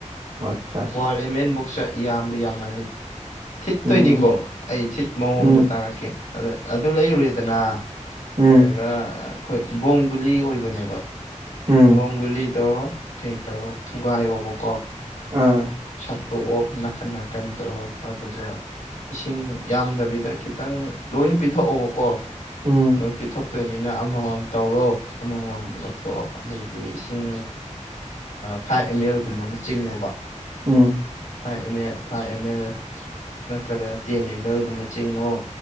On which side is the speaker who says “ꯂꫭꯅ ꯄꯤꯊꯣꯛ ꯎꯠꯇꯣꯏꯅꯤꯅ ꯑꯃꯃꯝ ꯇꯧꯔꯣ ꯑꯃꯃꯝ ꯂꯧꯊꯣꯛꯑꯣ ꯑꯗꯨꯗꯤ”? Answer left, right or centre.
Left